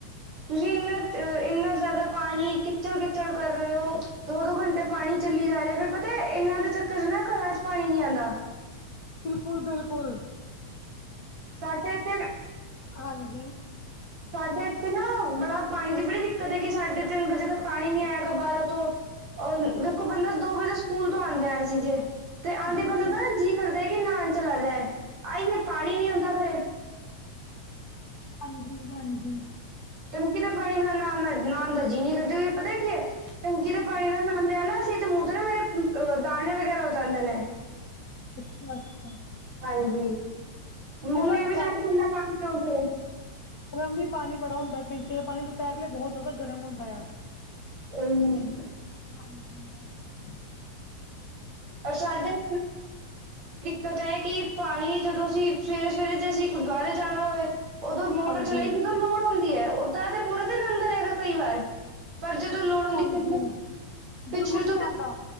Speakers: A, on the right (about 60°); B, on the left (about 55°).
A: <unintelligible> ਇੰਨਾ ਜਾਦਾ ਪਾਣੀ ਕਿੱਚੜ-ਕਿੱਚੜ ਕਰ ਰਹੇ ਹੋ ਦੋ-ਦੋ ਘੰਟੇ ਪਾਣੀ ਚੱਲੀ ਜਾ ਰਿਹਾ ਫਿਰ ਇਨਾ ਦੇ ਚੱਕਰ ਚ ਨਾ ਘਰਾਂ ਚ ਪਾਣੀ ਨੀ ਆਂਦਾ।
B: ਬਿਲਕੁਲ-ਬਿਲਕੁਲ।
A: ਸਾਡੇ ਇੱਥੇ
B: ਹਾਂਜੀ
A: ਸਾਡੇ ਇੱਥੇ ਨਾ ਬੜਾ ਪਾਣੀ ਦੀ ਬੜੀ ਦਿੱਕਤ ਹੈ ਕਿ ਸਾਢੇ ਤਿੰਨ ਵਜੇ ਤੱਕ ਪਾਣੀ ਨੀ ਆਇਗਾ ਬਾਹਰਾਂ ਤੋਂ ਔਰ ਵੇਖੋ ਬੰਦਾ ਦੋ ਵਜੇ ਸਕੂਲ ਤੋ ਆਂਦਾ ਸੀ ਜੇ ਤੇ ਆਦੇ
B: ਬਿਲਕੁਲ
A: ਬੰਦਾ ਨਾ ਜੀਅ ਕਰਦਾ ਕਿ ਨਾਨ ਚਲਾ ਜਾਏ, ਪਾਣੀ ਨੀ ਹ।
B: ਹਾਂਜੀ-ਹਾਂਜੀ।
A: ਟੰਕੀ ਦਾ ਪਾਣੀ ਨਾਲ ਨਾਣ ਦਾ ਜੀ ਨੀ ਕਰਦਾ ਪਤਾ ਕੀ ਹੈ। ਟੰਕੀ ਦੇ
B: ਹਾਂਜੀ
A: ਪਾਣੀ ਦਾ ਨ ਲਿਆ ਨਾ ਅਸੀਂ ਤੇ ਮੂੰਹ ਤੇ ਨਾ ਮੇਰੇ ਅ ਦਾਣੇ ਵਗੈਰਾ ਓ ਜਾਂਦੇ ਨੇ।
B: <unintelligible>
A: ਹਾਂਜੀ ਮੰਮੀ
B: ਪਹਿਲਾਂ
A: ਵੀ
B: ਪਾਣੀ
A: ਸਾਡੀ ਕਿੰਨਾ <inaudible>
B: ਗਰਮ ਵੀ ਪਾਣੀ ਬੜਾ ਹੁੰਦਾ ਟੈਂਕੀ ਦਾ ਪਾਣੀ ਦੁਪਹਿਰਲੇ ਬਹੁਤ ਜ਼ਿਆਦਾ ਗਰਮ ਹੁੰਦਾ ਆ।
A: ਉਹੀ ਨਾ।
B: ਹਾਂਜੀ-ਹਾਂਜੀ
A: ਪਰ ਸਾਡੇ <inaudible> ਪਤਾ ਹੈ ਕਿ ਪਾਣੀ ਜਦੋਂ ਅਸੀਂ ਸਵੇਰੇ-ਸਵੇਰੇ ਜੇ ਅਸੀਂ ਗੁਰਦੁਆਰੇ ਜਾਣਾ ਹੋਏ ਉਦੋਂ ਮੋਟਰ
B: ਹਾਂਜੀ
A: ਚਲੇ ਉਦ ਲੋੋੜ ਹੁੰਦੀ ਹੈ ਓਦਾਂ ਤੇ ਪੂਰਾ ਦਿਨ ਅੰਦਰ ਹੈਗਾ ਕਈ ਵਾਰ। ਪਰ ਜਦੋਂ ਲੋੜ ਹਉਂਦੀ
B: ਹਾਂਜੀ
A: <inaudible> ਪਿਛਲੇ
B: ਬਿਲਕੁਲ ਨਹੀਂ
A: ਤੋਂ
B: ਆਂਦਾ